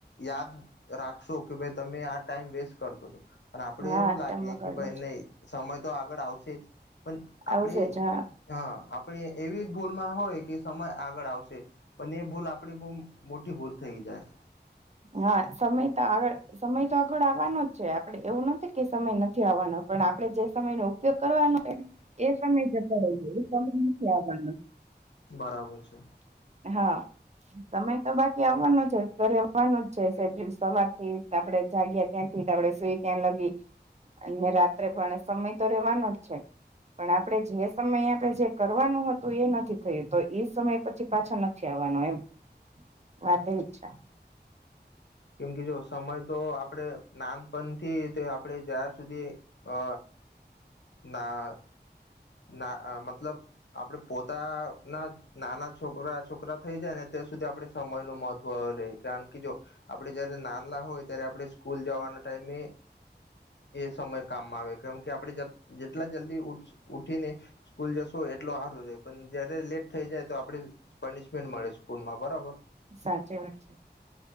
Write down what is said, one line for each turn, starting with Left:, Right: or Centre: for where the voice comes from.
Left: યાદ રાખશો કે ભાઈ તમે આ ટાઈમ વેસ્ટ કરતો છો અને આપડે
Right: હા
Left: એવું લાગે
Right: ટમગડ્યો
Left: કે ભાઈ
Right: છે
Left: નય સમય તો આગળ આવશે જ પણ
Right: આવશે
Left: આપણે
Right: જ હા
Left: હા આ પણે એવી ભૂલમાં હોય કે સમય આગળ આવશે. પણ એ ભૂલ આપડી બો મોટી ભૂલ થઈ જાય.
Right: હા સમય તો આગળ સમય તો આગળ આવવાનો જ છે, આપડે એવું નથી કે સમય નથી આવાનો પણ આપડે જે સમયનો તો કરવાનો એ સમય જતો રહ્યો એ સમય નથી આવવાનો
Left: બરાબર છે.
Right: હા સમય તો બાકી આવવાનો <unintelligible> જવાનું જ છે. સેટલ સવારથી આપડે જાગ્યા ત્યાંથી આપણે સુઈ ત્યાં લગી અને રાત્રે પણ સમય તો રેવાનો જ છે. પણ આપણેે જે સમય આપણે જે કરવાનું હતું એ નથી થયું તો એ સમય પછી પાછા નથી આવાનો એમ વાત
Left: હમ.
Right: એવી જ છે.
Left: કેમ કે જો સમય તો આપણે નાનપણથી તે આપણે જ્યાં સુધી અ ના ના મતલબ આપડે પોતાના નાના છોકરા છોકરા થઈ જાય ને ત્યાં સુધી આપડે સમયનુ મહત્વ રે કારણ કે જો આપડે જયારે નાનલા હોય ત્યારે આપણે સ્કૂલ જાવાના ટાઈમે એ સમય કામમાં આવે કેમ કે આપણે જ જેટલા જલ્દી ઉ ઉઠીને સ્કૂલ જશો એટલો હારું રહે પણ જયારે લેટ થઈ જાય તો આપડે પનિશમેન્ટ મળે સ્કૂલમાં બરાબર
Right: સાચી વાત છે.